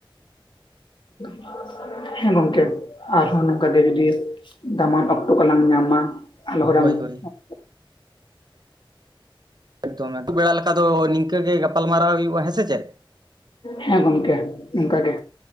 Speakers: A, on the left; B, on the right.
A: <inaudible> ᱦᱮᱸ ᱜᱚᱝᱠᱮ ᱟᱨᱦᱚᱸ ᱱᱚᱝᱠᱟ ᱜᱮ <inaudible> ᱫᱟᱢᱟᱱ ᱚᱠᱛᱚ ᱠᱚᱞᱟᱝ ᱧᱟᱢᱟ᱾ <inaudible>
B: ᱦᱳᱭ ᱦᱳᱭ ᱮᱠᱫᱚᱢ ᱮᱠᱫᱚᱢ ᱵᱮᱲᱟ ᱞᱮᱠᱟ ᱫᱚ ᱱᱤᱝᱠᱟᱹ ᱜᱮ ᱜᱟᱯᱟᱞ ᱢᱟᱨᱟᱣ ᱦᱩᱭᱩᱜᱼᱟ ᱦᱮᱸ ᱥᱮ ᱪᱮᱫ?
A: ᱦᱮ ᱜᱚᱝᱠᱮ ᱱᱚᱝᱠᱟ ᱜᱮ᱾